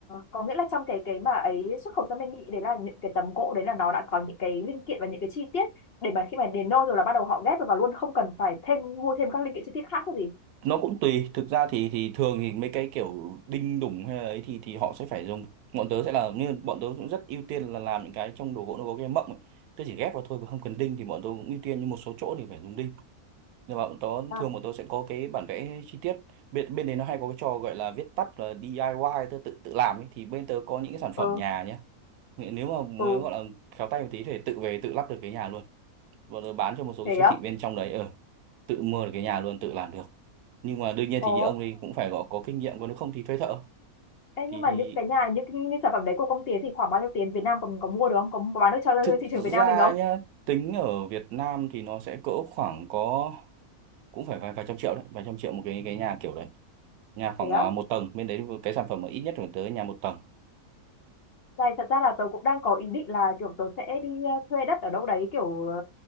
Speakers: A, on the left; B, on the right.
A: có nghĩa là trong cái cái mà ấy xuất khẩu sang bên Mỹ đấy là những cái tấm gỗ đấy là nó đã có những cái linh kiện và những cái chi tiết để mà khi mà đến nơi rồi là bắt đầu họ ghép vào luôn không cần phải thêm mua thêm các linh kiện chi tiết khác cái gì
B: nó cũng tùy thực ra thì thì thường thì mấy cái kiểu đinh đủng hay là ấy thì thì họ sẽ phải dùng bọn tớ sẽ là như bọn tớ cũng rất ưu tiên là làm những cái trong đồ gỗ nó có cái mộng ấy. tớ chỉ ghép vào thôi và không cần đinh thì bọn tớ cũng ưu tiên nhưng một số chỗ thì phải dùng đinh Nhưng mà bọn tớ
A: à,
B: thường bọn tớ sẽ có cái bản vẽ chi tiết bên bên đấy nó hay có cái trò gọi là viết tắt là DIY tớ tự tự làm ấy thì bên tớ có những cái sản phẩm
A: ừ
B: nhà nhé nếu mà muốn
A: ừ
B: gọi là khéo tay một tí thì tự về tự lắp được cái nhà luôn bọn tớ bán cho một số cái
A: thế
B: siêu
A: á
B: thị bên trong đấy ờ tự mua được cái nhà luôn tự làm được nhưng mà đương nhiên
A: ồ
B: thì như ông ấy cũng phải có có kinh nghiệm còn nếu không thì thuê thợ
A: Ê, nhưng
B: thì,
A: mà
B: thì
A: những cái nhà những, những sản phẩm đấy của công ty ấy thì khoảng bao nhiêu tiền Việt Nam còn có mua được không có, có bán được cho
B: thực
A: thị trường
B: ra
A: Việt Nam mình không
B: nhá tính ở Việt Nam thì nó sẽ cỡ khoảng có cũng phải vài vài trăm triệu đấy vài trăm triệu một cái cái nhà kiểu đấy nhà khoảng
A: thế
B: à,
A: á
B: một tầng bên đấy cái sản phẩm mà ít nhất phải tới nhà một tầng
A: Này, thật ra là tớ cũng đang có ý định là kiểu tớ sẽ đi ờ, thuê đất ở đâu đấy kiểu ờ,